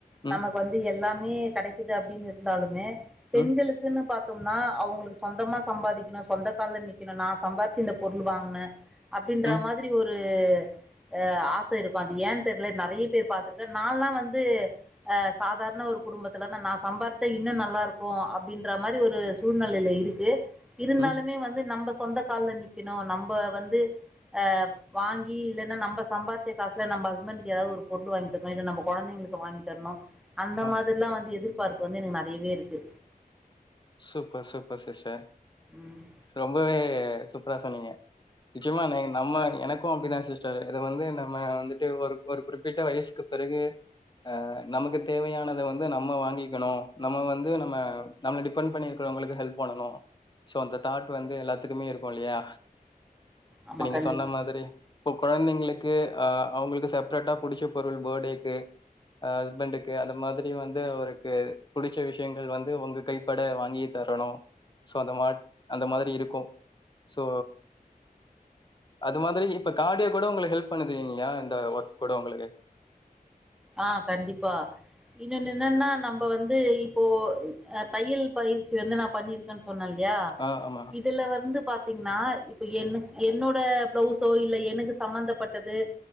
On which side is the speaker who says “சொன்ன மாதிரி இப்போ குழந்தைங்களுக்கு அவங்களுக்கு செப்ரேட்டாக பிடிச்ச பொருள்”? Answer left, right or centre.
Left